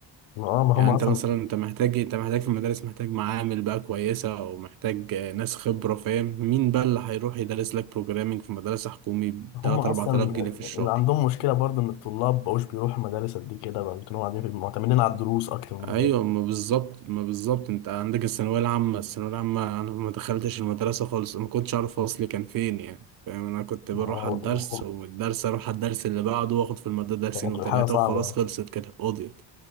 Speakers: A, on the left; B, on the right.
A: ما اه ما هم
B: يعني
A: اصلا
B: أنت مثلا أنت محتاج أنت محتاج في المدارس محتاج معامل بقى كويسة أو محتاج آه، ناس خبرة فاهم مين بقى اللي هيروح يدرس لك بروجرامينج في مدرسة حكومي بتلات
A: هم اصلا
B: أربع تلاف جنيه في الشهر
A: اللي عندهم مشكله برضو ان الطلاب مبقوش بيروحوا المدارس قد كده بقى بيكونوا قاعدين في معتمدين على الدروس اكتر من
B: ايوه
A: المدارس
B: ما بالظبط ما بالظبط انت عندك الثانويه العامه الثانويه العامه انا ما دخلتش المدرسه خالص ما كنتش اعرف اصلي كان فين يعني فاهم انا كنت بروح
A: ما هو
B: على الدرس
A: يعني
B: ومن الدرس اروح على الدرس اللي بعده واخد في الماده درسين
A: كانت
B: وثلاثه
A: الحاله صعبه
B: وخلاص
A: يعني
B: خلصت كده قضيت